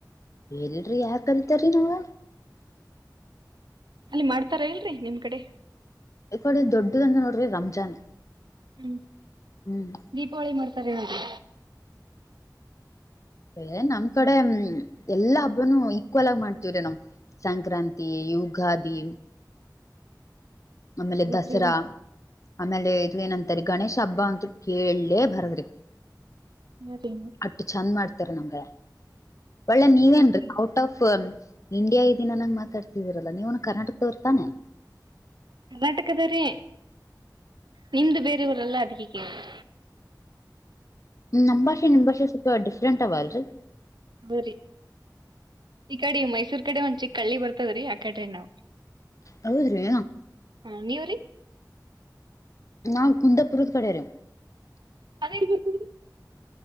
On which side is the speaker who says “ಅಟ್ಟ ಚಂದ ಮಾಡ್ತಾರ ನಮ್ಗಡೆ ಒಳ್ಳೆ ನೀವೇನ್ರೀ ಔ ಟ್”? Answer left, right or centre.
Left